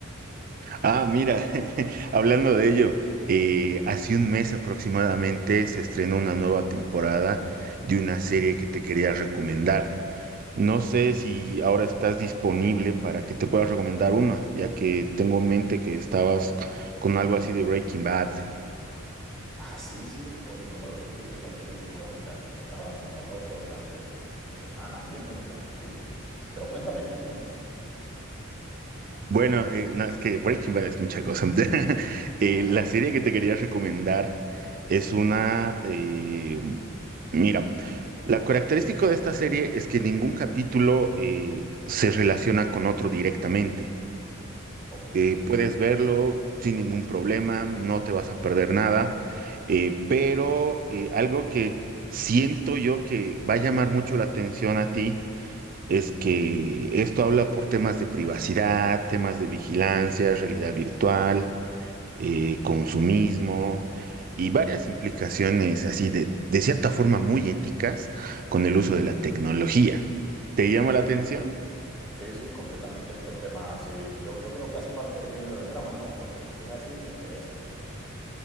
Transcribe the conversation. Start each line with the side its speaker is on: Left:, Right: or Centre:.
Right: Ah, mira, <laughs> hablando de ello, eh, hace un mes aproximadamente se estrenó una nueva temporada de una serie que te quería recomendar. No sé si ahora estás disponible para que te pueda recomendar una, ya que tengo en mente que estabas con algo así de Breaking Bad.
Centre: Ah, sí, sí, oye, ¿cómo lo supiste? Esa serie es icónica. Estaba como loco durante semanas viéndomela, sí. Pero cuéntame, cuéntame.
Right: Bueno, eh, no, es que Breaking Bad es mucha cosa. <laughs> Eh,
Centre: <laughs>
Right: la serie que te quería recomendar es una... eh, mira, la característica de esta serie es que ningún capítulo eh, se relaciona con otro directamente.
Centre: Ok. Eh,
Right: Eh, puedes verlo sin ningún problema, no te vas a perder nada, eh, pero eh, algo que siento yo que va a llamar mucho la atención a ti es que esto habla por temas de privacidad, temas de vigilancia, realidad virtual, eh, consumismo y varias implicaciones así de, de cierta forma muy éticas con el uso de la tecnología. ¿Te llama la atención?
Centre: sí, sí, completamente. Estos temas así, yo, yo creo que hace parte del género del drama, ¿no? Porque si es así, me interesa.